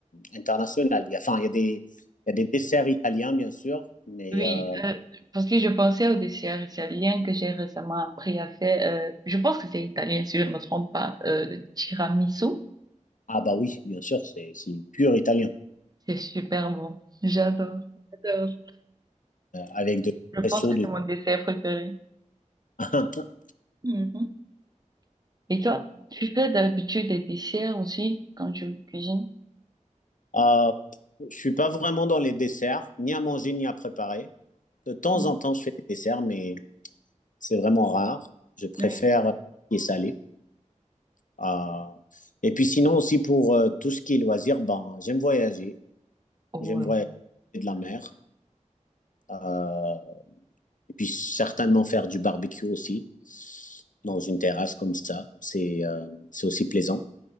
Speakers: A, on the left; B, on the right.
A: international. Il y a, enfin, il y a des, il y a des desserts italiens, bien sûr. Mais,
B: Oui,
A: euh,
B: euh, parce que je pensais au dessert italien que j'ai récemment appris à faire. euh, je pense que c'est italien, si je ne me trompe pas. Euh, le tiramisu,
A: ah bah oui, bien sûr, c'est c'est pur italien.
B: c'est super bon. J'adore, j'adore.
A: euh, avec de
B: Je pense
A: presso
B: que
A: dessus.
B: c'est mon dessert préféré.
A: <laughs>
B: Mhm. Et toi, tu fais d'habitude des desserts aussi quand tu cuisines?
A: Euh, je suis pas vraiment dans les desserts, ni à manger ni à préparer. De temps
B: Mhm.
A: en temps, je fais des desserts, mais c'est vraiment rare. Je préfère
B: Oui.
A: les salés. Euh, et puis sinon aussi pour euh, tout ce qui est loisirs, ben, j'aime voyager.
B: Oh
A: J'aime
B: là.
A: voyager de la mer. Euh, et puis certainement faire du barbecue aussi dans une terrasse comme ça. C'est euh, c'est aussi plaisant.